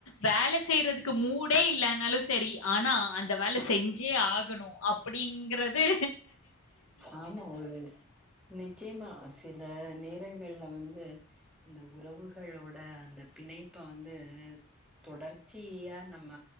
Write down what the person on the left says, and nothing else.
வேல செய்றதுக்கு மூடே இல்லேனாலு செரி ஆனா அந்த வேல செஞ்சே ஆக் கணு அப்டிங்றது